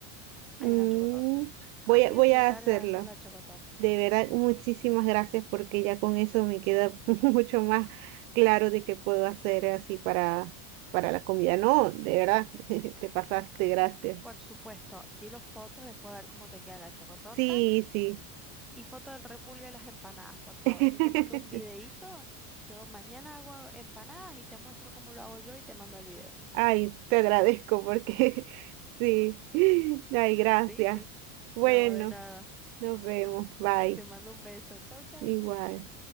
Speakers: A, on the right (about 65°); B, in the centre.
A: Mm,
B: hay una chocotorta.
A: voy
B: Alguien
A: a, voy
B: se
A: a
B: encarga
A: hacerlo.
B: de hacer la chocotorta.
A: De verdad, muchísimas gracias porque ya con eso me queda <laughs> mucho más claro de qué puedo hacer así para, para la comida. No, de verdad, <laughs> te pasaste, gracias.
B: Por supuesto, quiero fotos después a ver cómo te queda la chocotorta
A: Sí, sí.
B: y foto del repulgue de las empanadas, por favor.
A: <laughs>
B: Yo te mando un videíto, yo mañana hago empanadas y te muestro cómo lo hago yo y te mando el video.
A: Ay, te agradezco porque <laughs> sí. Ay, gracias.
B: Sí, sí,
A: Bueno,
B: no, de nada.
A: nos vemos. Bye.
B: Te mando un beso. Chau, chau.
A: Igual.